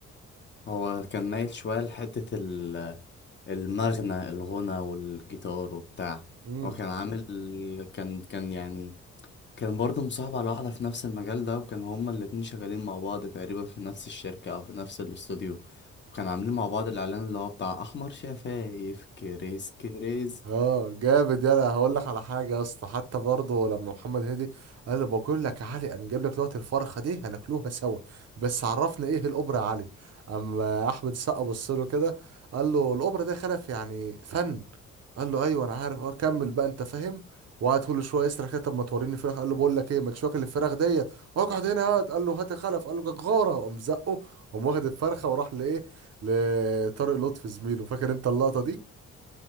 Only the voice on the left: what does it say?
هو كان مايل شوية لحتة ال- المغنى الغنى والجيتار وبتاع
هو كان عامل كان كان يعني كان برضه مصاحب على واحدة في نفس المجال ده وكان هما الاتنين شغالين مع بعض تقريبا في نفس الشركة أو في نفس الاستوديو وكان عاملين مع بعض الإعلان اللي هو بتاع أحمر شفايف كريس كريس